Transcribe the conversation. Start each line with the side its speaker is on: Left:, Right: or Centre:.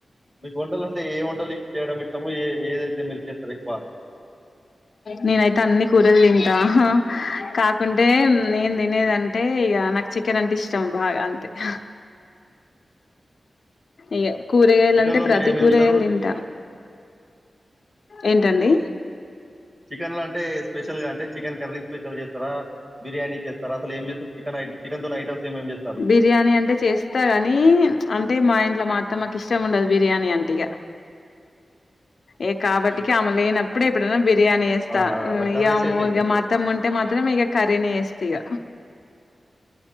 Right: మీకు వంటలు అంటే ఏ వంటలు చేయడం ఇష్టము ఏ ఏదైతే మీరు చేస్తార ఎక్కువ
Left: నేనైతే అన్నీ కూరలు తింటా హా కాకుంటే నేను తినేదంటే ఇక నాకు చికెన్ అంటే ఇష్టం బాగా అంతే <inaudible> ఇగ కూరగాయలు
Right: చికెన్‌లో
Left: అంటే ప్రతి
Right: మీరు ఏమేమి
Left: కూరగాయలు
Right: చేస్తారు?
Left: తింటా ఏంటండి
Right: చికెన్ లో అంటే స్పెషల్ గా అంటే చికెన్ కర్రీ స్పెషల్ చేస్తారా బిర్యానీ చేస్తారా అసలు ఏం చేస్తారు చికెన్ ఐ చికెన్ తోని ఐటమ్స్ ఏమేమి చేస్తారు?
Left: బిర్యానీ అంటే చేస్తా గానీ అంటే మా ఇంటి మా అత్తమ్మకి ఇష్టం ఉండదు బిర్యానీ అంటఇగ ఏ కాబట్టిక ఆమె లేనప్పుడే ఎప్పుడైనా బిర్యానీ చేస్తా
Right: అవునా? కర్రీసే
Left: ఇగా
Right: చేస్తారు.
Left: మా అత్తమ్మ ఉంటే మాత్రం ఇగ కర్రీని చేస్తా ఇగ